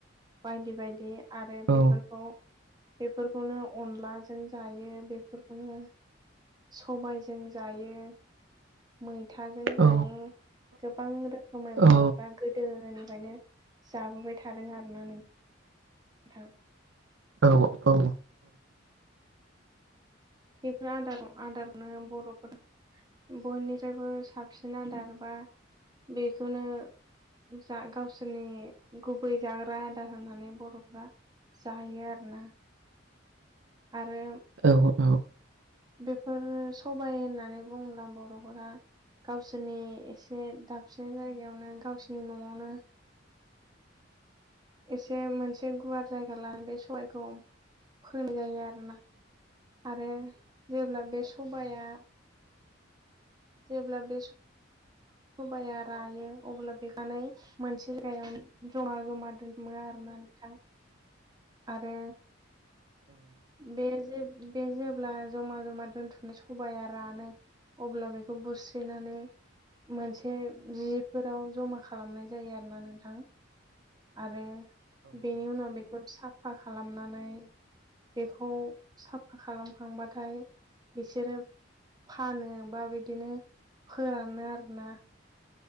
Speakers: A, on the right; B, on the right.
A: बायदि बायदि आरो बेफोरखौ
B: औ
A: बेफोरखौनो अनलाजों जायो बेफोरखौनो सबाइजों जायो मैथाजों जायो।
B: औ
A: गोबां रोखोमै
B: औ
A: बर'फ्रा गोदोनिफ्रायनो जाबोबाय थादों आरोना नों थां
B: औ-औ-औ
A: बेफोर आदार आदारनो बर'फोरा बयनिसायबो साबसिन आदार बा बेखोनो जा गावसोरनि गुबै जाग्रा आदार होननानै बर'फ्रा जाहोयो आरोना। आरो
B: औ-औ
A: बेफोर सबाय होननानै बुङोब्ला बर'फोरा गावसोरनि एसे दाबसे जायगायावनो गावसोरनि न'आवनो एसे मोनसे गुवार जायगा लानो बे सबाइखौ फोनाय जायो आरोना आरो जेब्ला बे सबाया जेब्ला बे सबाया रायो अब्ला बेखानै मोनसे जायगायाव जमा जमा दोनथुमो आरोना नोंथां आरो बे जे बे जेब्ला जमा जमा दोनथुमनाय सबाया रानो अब्ला बेखौ बुस्रिनानै मोनसे जिफोराव जमा खालामनाय जायो आरोना नोंथां आरो बेनि उनाव बेखौ साफा खालामनानै बेखौ साफा खालामखांबाथाय बिसोरो फानो बा बिदिनो फोरानो आरोना